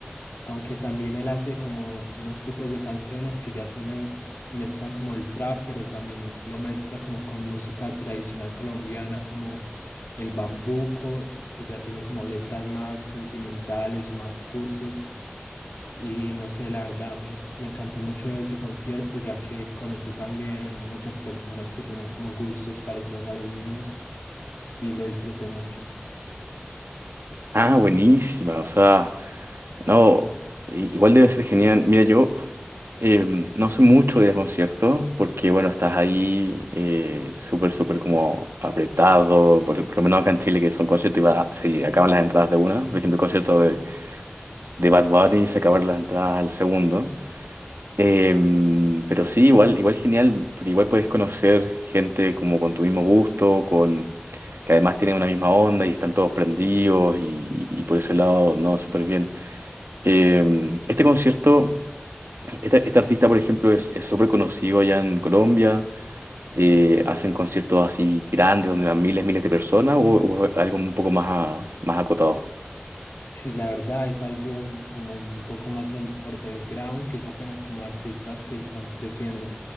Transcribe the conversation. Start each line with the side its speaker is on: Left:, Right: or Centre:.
Left: aunque también él hace como unos tipos de canciones que ya suelen, mezclan como el trap, pero también lo mezcla como con música tradicional colombiana, como el bambuco, que ya tiene como letras más sentimentales o más cursis. Y no sé, la verdad, me, encu- me encantó mucho ese concierto, ya que conocí también muchas personas que tenían como gustos parecidos a los míos y lo disfruté mucho.
Right: Ah, buenísima, o sea, no, i- igual debe ser genial. Mira, yo Eh, no sé mucho de ir a conciertos porque, bueno, estás ahí eh, súper, súper como apretado. Por, por lo menos acá en Chile, que son conciertos y va- se acaban las entradas de una. Por ejemplo, el concierto de, de Bad Bunny se acabaron las entradas al segundo. Eh, pero sí, igual, igual genial, porque igual puedes conocer gente como con tu mismo gusto, con que además tienen una misma onda y están todos prendidos y, y por ese lado, no, súper bien. Eh, este concierto. Este, este artista, por ejemplo, es es súper conocido allá en Colombia. eh, hacen conciertos así grandes donde van miles, miles de personas o, o algo un poco más, más acotado.
Left: Sí, la verdad es algo mm, como un poco más on- underground, que es apenas como artistas que están creciendo.